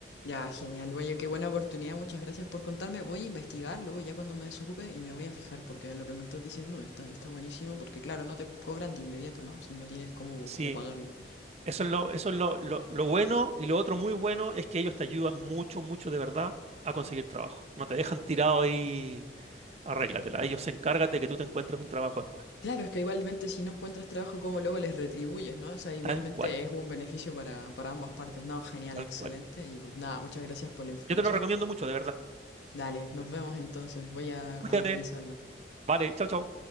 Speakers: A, on the left; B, on the right.
A: Ya, genial. Oye, qué buena oportunidad. Muchas gracias por contarme. Voy a investigar luego ya cuando me desocupe y me voy a fijar porque lo que me estás diciendo está, está buenísimo porque claro, no te cobran de inmediato, ¿no? Si no tienes cómo,
B: Sí,
A: cómo pagarlo.
B: eso es lo, eso es lo, lo, lo bueno. Y lo otro muy bueno es que ellos te ayudan mucho, mucho de verdad a conseguir trabajo. No te dejan tirado ahí, arréglatela. Ellos se encargan de que tú te encuentres un trabajo después.
A: Claro, es que igualmente si no encuentras trabajo, ¿cómo luego les retribuyes, ¿no? O sea, igualmente
B: Tal cual,
A: es un beneficio para, para ambas partes. No, genial,
B: tal
A: excelente.
B: cual.
A: Y pues nada, muchas gracias por la información.
B: Yo te lo recomiendo mucho, de verdad.
A: Dale, nos vemos entonces. Voy a a
B: Cuídate.
A: revisarlo.
B: Vale, chao, chao.